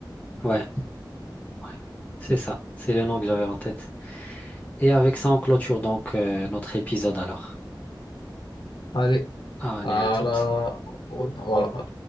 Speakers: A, on the left (about 20°); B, on the left (about 75°).
A: Ouais. Ouais. C'est ça. C'est le nom que j'avais en tête. Et avec ça, on clôture donc euh, notre épisode alors.
B: Allez,
A: Allez,
B: à
A: à toutes.
B: la... au- Voilà,